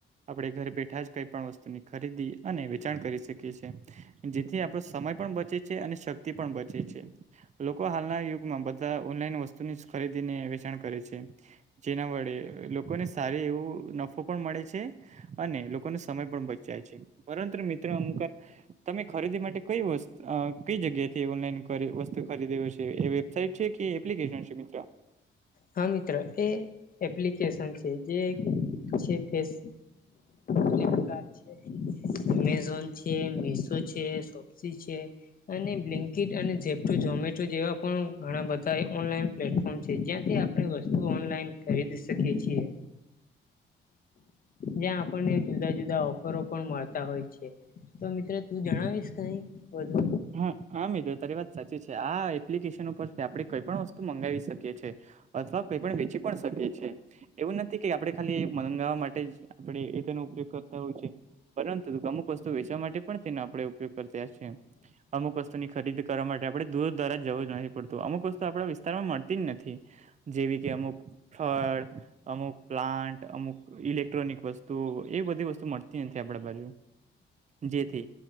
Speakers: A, on the right; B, on the left.
A: આપણે ઘર બેઠા જ કઈ પણ વસ્તુની ખરીદી અને વેચાણ કરી શકીએ છીએ. જેથી આપણો સમય પણ બચે છે અને શક્તિ પણ બચે છે. લોકો હાલના યુગમાં બધા ઓનલાઈન વસ્તુની ખરીદીને વેચાણ કરે છે. જેના વડે લોકોને સારી એવું નફો પણ મળે છે. અને લોકોનો સમય પણ બચાય છે. પરંતુ મિત્રો અમુકવાર તમે ખરીદી માટે કઈ વસ્ આ કઈ જગ્યાથી ઓનલાઈન વસ્તુ ખરીદે છે એ વેબસાઇટ છે કે એપ્લિકેશન છે મિત્રો?
B: હા મિત્રો એ એપ્લિકેશન છે જે છે ફેસ ફ્લિપકાર્ટ છે, એમેઝોન છે, મીશો છે, સોપ્સી છે. અને બ્લન્કીટ અને ઝપુ ઝમેટો જેવા પણ ઘણા બધા ઓનલાઈન પ્લેટફોર્મ છેઈ ગયા. એ આપણે વસ્તુ ઓનલાઈન ખરીદી શકીએ છીએ. જ્યાં આપ આપણને જુદા જુદા પણ મળતા હોય છે તો મિત્રો તું જણાવીશ કઈ બધુ
A: હા હા મિત્રો તારી વાત સાચી છે આ એપ્લિકેશન ઉપરથી આપણે કોઈ પણ વસ્તુ મંગાવી શકીએ છીએ. અથવા કઈ પણ વેચી પણ શકી છીએ. એવું નથી કે આપડે ખાલી મંગાવવા માટે જ આપડે એ તેનો ઉપયોગ કરતા હોય છે. પરંતુ અમુક વસ્તુ વેચવા માટે પણ તેનો આપણે ઉપયોગ કરતા છીએ. અમુક વસ્તુ ની ખરીદી કરવા માટે આપણે દૂર દ્વારા જવું જ નથી પડતું અમુક વસ્તુ આપણા વિસ્તારમાં મળતી જ નથી. જેવી કે અમુક ફળ, અમુક પ્લાન્ટ, અમુક ઇલેક્ટ્રોનિક વસ્તુ એવી બધી વસ્તુ મળતી નથી આપડા બાજુ. જેથી